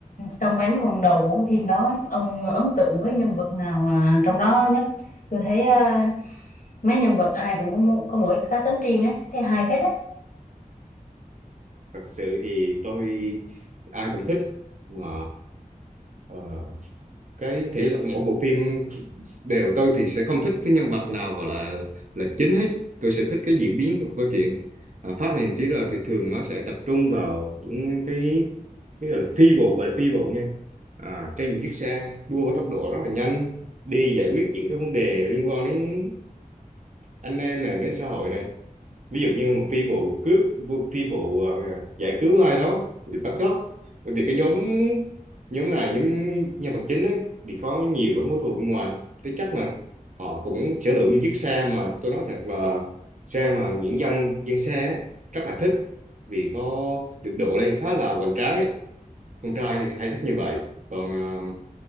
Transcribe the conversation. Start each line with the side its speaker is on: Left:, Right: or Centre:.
Left: xong mấy phần đầu của cái phim đó ấy, ông ấn tượng với nhân vật nào à, trong đó nhất? Tôi thấy ờ, mấy nhân vật ai cũng có, mô- có mỗi cá tính riêng ấy, thấy hay phết ấy.
Right: thật sự thì tôi ai cũng thích mà ờ, cái thể loại mỗi bộ phim đều tôi thì sẽ không thích cái nhân vật nào gọi là là chính hết tôi sẽ thích cái diễn biến của câu chuyện à, phát hiện phía rồi thì thường nó sẽ tập trung vào những cái cái gọi là phi vụ gọi là phi vụ nha à, trên những chiếc xe đua với tốc độ rất là nhanh đi giải quyết những cái vấn đề liên quan đến anh em này đến xã hội này ví dụ như một phi vụ cướp vụ- phi vụ ờ, giải cứu ai đó bị bắt cóc bởi vì cái nhóm nhóm này nhóm nhân vật chính ấy thì có nhiều cái mối thù bên ngoài thế chắc là họ cũng sở hữu những chiếc xe mà tôi nói thật là xe mà những dân dân xe ấy, rất là thích vì có được độ lên khá là hoành tráng ấy con trai thì hay thích như vậy còn ờ,